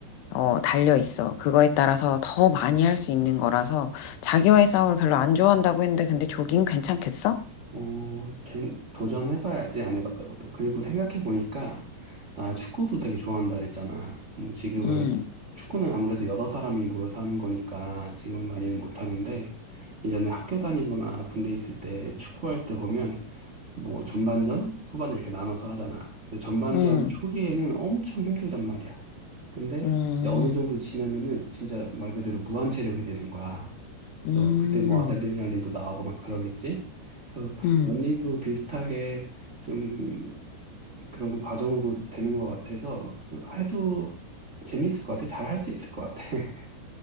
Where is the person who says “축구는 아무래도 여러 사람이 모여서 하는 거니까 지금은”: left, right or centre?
Right